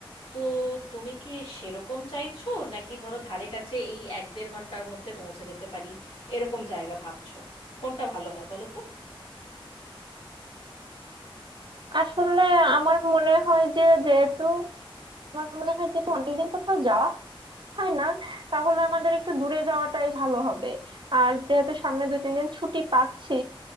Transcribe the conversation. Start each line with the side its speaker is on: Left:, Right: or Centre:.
Left: তো তুমি কি সেরকম চাইছো নাকি ধরো ধারে কাছে এই এক দেড় ঘন্টার মধ্যে পৌঁছে যেতে পারি এরকম জায়গা ভাবছো কোনটা ভালো হয় বলো তো
Right: আসলে আমার মনে হয় যে যেহেতু আমার মনে হয় যেহেতু অনেকদিন কোথাও যাওয়া হয় না তাহলে আমাদের একটু দূরে যাওয়াটাই ভালো হবে আর যেহেতু সামনে দুই তিন দিন ছুটি পাচ্ছি